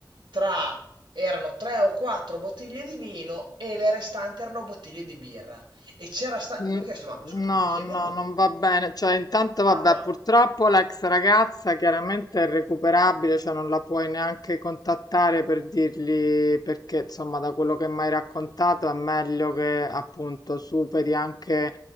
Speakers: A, on the right (about 85°); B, on the left (about 55°).
A: tra... Erano tre o quattro bottiglie di vino e le restanti erano bottiglie di birra. E c'era sta... Gli
B: Mm,
A: ho chiesto, ma scusami,
B: No,
A: chi
B: no,
A: è venuto
B: non
A: qua?
B: va bene. Cioè, intanto, vabbè,
A: No, ma...
B: purtroppo l'ex ragazza chiaramente è irrecuperabile, cioè non la puoi neanche contattare per dirgli perché, insomma, da quello che mi hai raccontato è meglio che appunto superi anche